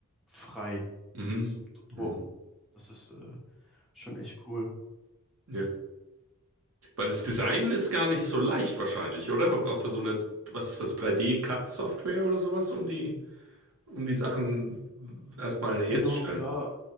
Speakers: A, in the centre; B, on the right.
A: frei
B: Mhm.
A: zum Drucken.
B: Mhm.
A: Das ist äh, schon echt cool.
B: Ja. Weil das Design ist gar nicht so leicht wahrscheinlich, oder? Man braucht da so eine, was ist das, 3D-Cut-Software oder sowas, um die, um die Sachen erstmal herzustellen.
A: Genau, ja,